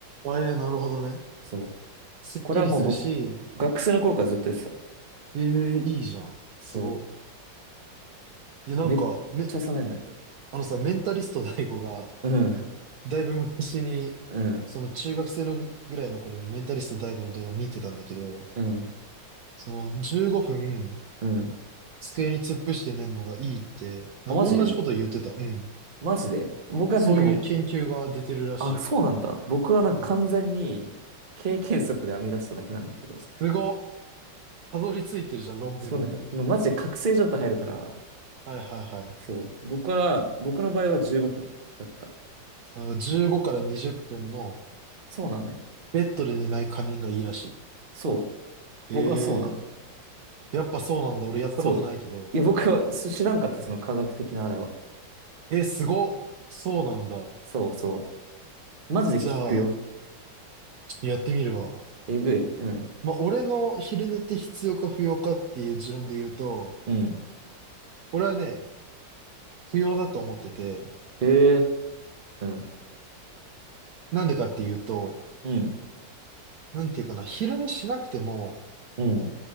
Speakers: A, on the right; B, on the right.
A: あええなるほどね。
B: そう。
A: すっきりするし、
B: これはもう僕、学生の頃からずっとやってた。
A: ええいいじゃん。すご
B: そ
A: い。いや、なんか、
B: う。めっちゃ冷めんのよ。
A: め、あのさ、メンタリスト大悟が、
B: うん、
A: だいぶ昔に、
B: うん、
A: その中学生のぐぐらいの頃にメンタリスト大悟の動画見てたんだけど、
B: うん、
A: その15分
B: うん。
A: 机に突っ伏して寝るのがいいって、な同じこと言ってた。
B: あ、マジ
A: うん。
B: マジで僕はなんかもう、
A: そういう研究が出てるらしいよ。
B: あ、そうなんだ。僕はなんか完全に経験則で編み出しただけなんだけど。
A: うん。すごっ。たどり着いてるじゃん、論文に。
B: そうなんかねもうマジで覚醒状態入るから、
A: はいはいはい。
B: そう。僕は、僕の場合は15分だった。
A: あの、15から20分の
B: そうなのよ。
A: ベッドで寝ない仮眠がいいらし
B: そう。
A: い。
B: 僕はそうなの。
A: ええやっぱそうなんだ。俺やったことないけど。
B: そう。いや、僕はそ知らんかった、その科学的なあれは。
A: えー、すごっ。そうなんだ。
B: そうそう。マジで聞くよ。
A: じゃあ、ちょっとやってみるわ。
B: えぐい。うん。
A: まあ、俺の昼寝って必要か不要かっていう持論で言うと、
B: うん。
A: 俺はね、不要だと思ってて、
B: へえ。うん。
A: なんでかっていうと、
B: うん。
A: なんていうかな、昼寝しなくても、
B: うん。